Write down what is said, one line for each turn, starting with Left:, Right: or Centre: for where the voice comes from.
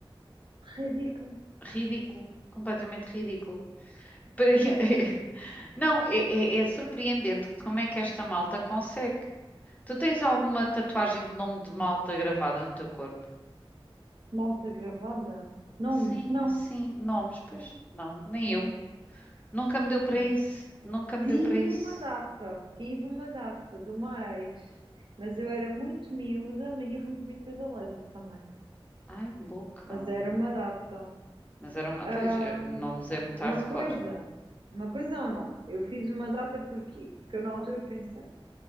Right: Ridículo.
Left: Ridículo. Completamente ridículo. Para- <laughs>
Right: Que é?
Left: Não, é, é- é surpreendente como é que esta malta consegue. Tu tens alguma tatuagem de nome de malta gravada no teu corpo?
Right: Malta gravada. Nomes?
Left: Sim,
Right: Não,
Left: sim, nomes. Pois não, nem
Right: não,
Left: eu. Nunca me deu para
Right: não.
Left: isso. Nunca me
Right: Tive
Left: deu para isso.
Right: uma data, tive uma data de uma ex, mas eu era muito miúda e removi depois a laser também.
Left: Ai, louca.
Right: Mas era uma data.
Left: Mas era uma.
Right: Ahm,
Left: Pois, eh, nomes é muito hardcore.
Right: uma coisa, uma coisa é um nome. Eu fiz uma data porquê? Porque eu na altura pensei,